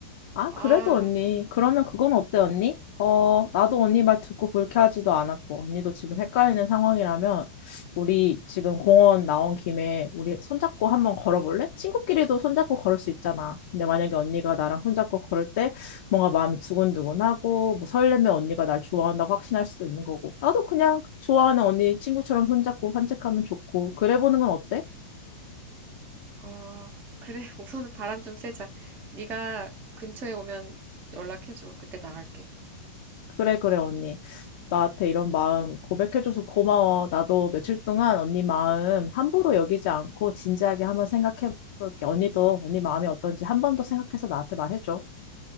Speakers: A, on the left; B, on the right.
A: 아,
B: 아,
A: 그래도 언니. 그러면 그건 어때, 언니? 어, 나도 언니 말 듣고 불쾌하지도 않았고, 언니도 지금 헷갈리는 상황이라면, 우리 지금 공원 나온 김에 우리 손잡고 한번 걸어볼래? 친구끼리도 손잡고 걸을 수 있잖아. 근데 만약에 언니가 나랑 손잡고 걸을 때 뭔가 마음이 두근두근하고, 뭐 설레면 언니가 날 좋아한다고 확신할 수도 있는 거고. 나도 그냥 좋아하는 언니 친구처럼 손잡고 산책하면 좋고, 그래 보는 건 어때?
B: 어, 그래. <laughs> 우선은 바람 좀 쐬자. 네가 근처에 오면 연락해줘. 그때 나갈게.
A: 그래, 그래, 언니. 나한테 이런 마음 고백해줘서 고마워. 나도 며칠 동안 언니 마음 함부로 여기지 않고 진지하게 한번 생각해볼게. 언니도 언니 마음이 어떤지 한 번 더 생각해서 나한테 말해줘.